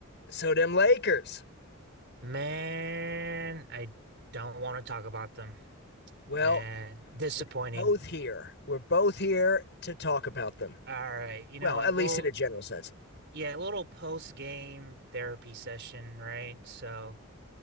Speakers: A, on the left (about 55°); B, on the right (about 55°).
A: So them Lakers.
B: Man, I don't want to talk about them.
A: Well,
B: Man, disappointing.
A: we're both here. We're both here to talk about them.
B: All right, you
A: Well,
B: know what?
A: at least
B: Little,
A: in a general sense.
B: yeah, little post-game therapy session, right? So,